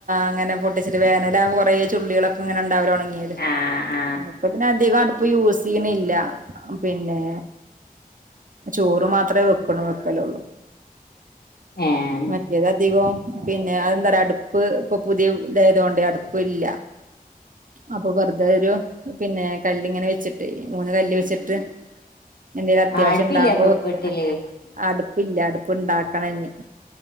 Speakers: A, on the right; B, on the left.
A: അങ്ങനെ പൊ ട്ടിച്ചിട്ട് വേനലാകുമ്പം കൊറേ ചുള്ളികളൊക്കെ ഇങ്ങനെ ണ്ടാവലോ ഉണങ്ങിയത്.
B: ആഹ് ആഹ്
A: പ്പ പ്പിന്നെ അധികം. ഇപ്പൊ യൂസ് ചെയ്യണില്ല. പിന്നെ, ചോറ് മാത്രമേ വെക്കണ വെക്കലു ള്ളു.
B: ഏഹ്
A: മറ്റേതതികവും. പിന്നെ, അതെന്താ പറയാ അടുപ്പ് ഇപ്പൊ പുതിയ ഇതായതു കൊണ്ട് അടുപ്പ് ഇല്ല. അപ്പൊ, വെറുതെ ഒരു പിന്നെ കല്ല് ഇങ്ങനെ വെച്ചിട്ട് മൂന്ന് കല്ല് വെച്ചിട്ട്. എന്തെലും അത്യാവശ്യം
B: ആഹ് അടുപ്പില്ലേ
A: ഇണ്ടാവുമ്പോ
B: അപ്പൊ
A: വെക്ക.
B: വീട്ടില്
A: അടുപ് ഇല്ല അടുപ് ഇണ്ടാക്കണം ഇനി.